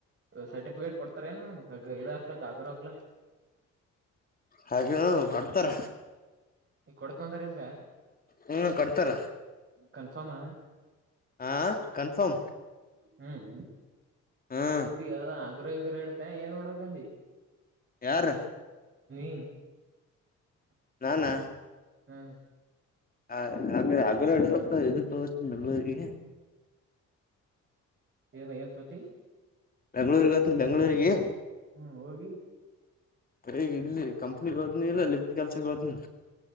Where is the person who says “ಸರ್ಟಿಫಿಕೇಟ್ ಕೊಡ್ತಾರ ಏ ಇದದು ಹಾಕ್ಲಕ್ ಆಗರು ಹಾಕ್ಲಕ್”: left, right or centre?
Right